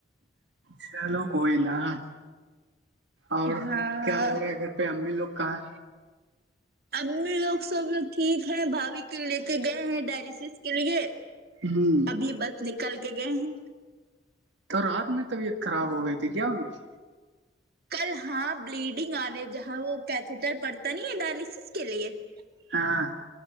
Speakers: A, on the right; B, on the right.
A: چلو کوئی نا اور
B: ہاں
A: کیا ہو رہا ہے گھر پہ امی لوگ کہاں
B: ا میں لوگ سب لوگ ٹھیک ہے بھوی کے لے کے گئے ہیں ڈائلسس کے لیے
A: <inaudible>
B: ابھی بس نکل کے گئے ہیں
A: تو رات میں طبیعت خراب ہو گئی تھی کیا ان کی
B: کل ہاں بلیڈنگ آنے جہاں وہ کیتٹر پڑتا نہیں ہے ڈائلسس کے لیے <unintelligible>
A: ہاں